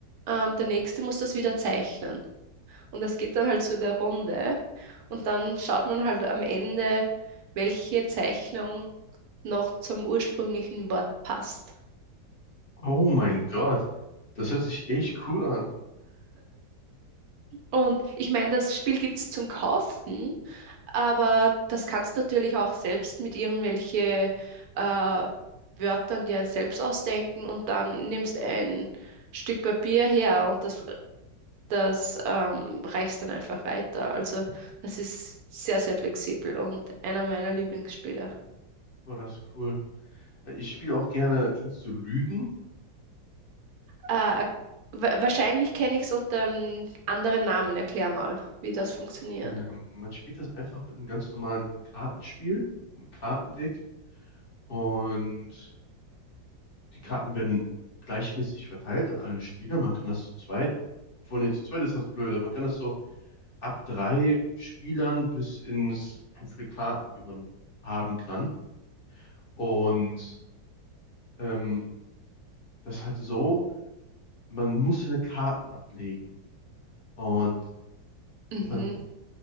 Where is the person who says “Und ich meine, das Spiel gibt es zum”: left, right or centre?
Right